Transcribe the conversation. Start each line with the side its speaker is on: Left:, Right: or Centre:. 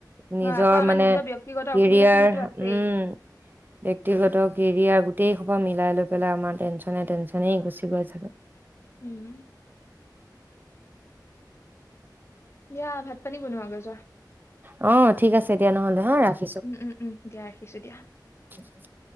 Right: নিজৰ
Left: হয় আকৌ আমাৰ
Right: মানে
Left: নিজৰ ব্যক্তিগত
Right: কেৰিয়াৰ
Left: অসুবিধা খিনিতো আছেই
Right: উম ব্যক্তিগত কেৰিয়াৰ গোটেই সোপা মিলাই লৈ পেলাই আমাৰ টেনশ্যন টেনশ্যনেই গুচি গৈ চাগে
Left: উম দিয়া ভাত পানী বনোৱাগৈ যোৱা
Right: অ ঠিক আছে দিয়া নহ'লে হা ৰা
Left: উম উম উম দিয়া ৰাখিছোঁ দিয়া
Right: <unintelligible>